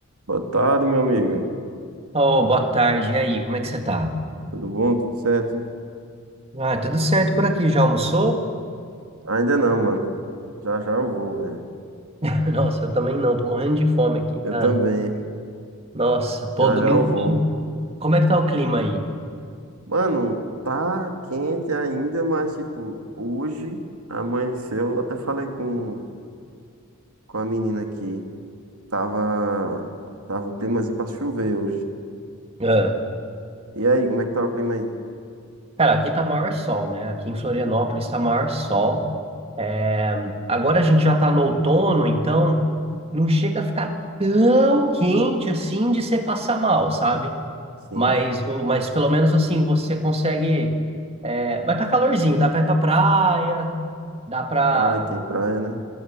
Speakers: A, on the right; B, on the right.
A: Boa tarde, meu amigo.
B: Oh, boa tarde. E aí, como é que você tá?
A: Tudo bom? Tudo certo?
B: Ah, tudo certo por aqui. Já almoçou?
A: Ainda não, mano. Já já eu vou, velho.
B: <laughs> Nossa, eu também não. Tô morrendo de fome aqui,
A: Eu
B: cara.
A: também.
B: Nossa, pô,
A: Já
B: domingo.
A: já eu vou.
B: Como é que tá o clima aí?
A: Mano, tá quente ainda, mas tipo, hoje amanheceu. Eu até falei com, com a menina aqui. Tava, tava um climazinho pra chover hoje.
B: Ah.
A: E aí, como é que tá o clima aí?
B: Cara, aqui tá maior sol, né? Aqui em Florianópolis tá maior sol. É, Agora a gente já tá no outono, então não chega a ficar tão quente assim de você passar mal, sabe?
A: Sim.
B: Mas, o- mas pelo menos assim, você consegue. é, Vai tá calorzinho, dá pra ir pra praia, dá pra.
A: Ai, tem praia, né?